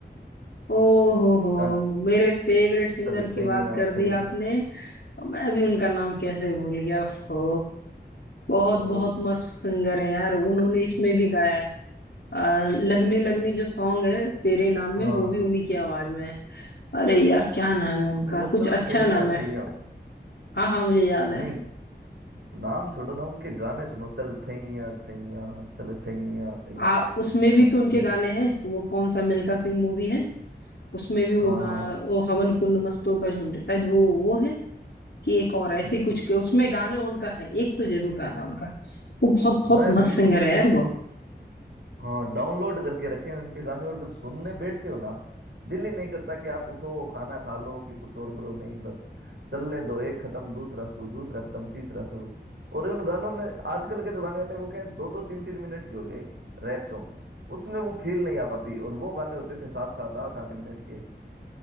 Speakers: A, on the left; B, on the right.
A: ओ हो हो
B: जान
A: हो मेरे फेवरेट सिंगर
B: चल
A: की
B: छैया
A: बात कर
B: छैया
A: दी आपने मैं भी उनका नाम कैसे भूल गया हो बहुत
B: वो
A: बहुत मस्त सिंगर है यार उन्होंने इसमें भी गाया है आ, लगनी लगनी जो सॉन्ग है तेरे नाम
B: हाँ
A: में वो भी उन्हीं की आवाज में है अरे यार क्या नाम है उनका
B: मतलब वो
A: कुछ
B: चल
A: अच्छा
B: छैया
A: नाम है
B: छैया वो
A: हाँ हाँ मुझे याद है
B: नहीं नाम छोड़ो ना उनके गाने सुनो चल छैया छैया चल छैया छैया
A: आ उसमें भी
B: मतलब
A: तो उनके
B: है
A: गाने हैं वो कौन सा मिल्खा सिंह मूवी है उसमें भी वो
B: हाँ
A: गाना
B: हाँ
A: वो हवन कुंड मस्तों का झुंड शायद वो वो है कि एक और ऐसे
B: बिल्कुल
A: ही कुछ के उसमें गाने उनका है एक तो जरूर गाना उनका वो बहुत बहुत
B: मैं बिल्कुल
A: मस्त सिंगर
B: मतलब
A: है यार
B: इनको
A: वो
B: हाँ डाउनलोड करके रखे हैं उनके गाने और जब सुनने बैठते हो ना दिल ही नहीं करता कि आप उठो खाना खा लो कि कुछ और करो नहीं बस चलने दो एक खत्म दूसरा शुरू दूसरा खत्म तीसरा शुरू और उन गानों में आजकल के जो गाने आते हैं वो क्या है दो दो तीन तीन मिनट के हो गए रैप सॉन्ग उसमें वो फील नहीं आ पाती और वो गाने होते थे सात सात आठ आठ मिनट के